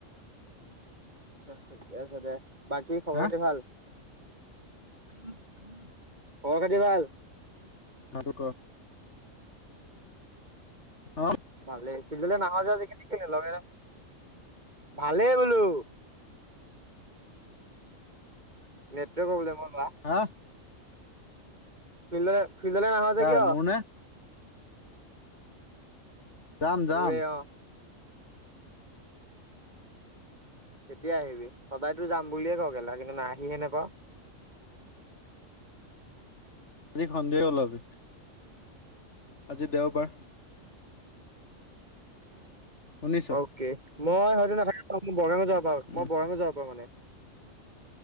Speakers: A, on the right; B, on the left.
A: আচ্ছা ঠিকে আছে দে বাকী খবৰ
B: হা
A: খাতি ভাল। খবৰ খাতি ভাল।
B: ন ত ক <unintelligible> অ।
A: ভালে ফিল্ডলে নাহ যে আজি কালি লগে এৰ ভালেই বোলো। নেট প্ৰব্লেম হ'বলা-
B: হা
A: ফিল ফিলডলে নাহ যে
B: কাৰ
A: কিয়?
B: মোৰ নে যাম যাম।
A: তোৰে অ কেতিয়া আহিবি সদায়তো যাম বুলিয়ে ক কেলা কিন্তু আহিহে নেপাওঁ।
B: আজি সন্ধিয়া ওলাবি- আজি দেওবাৰ- শুনিছ?
A: অকে মই হয়তো নাথাকিব। অ মোৰ বৰঙগ যাবাৰ
B: উম
A: মই বৰঙগও যাব পাৰো মানে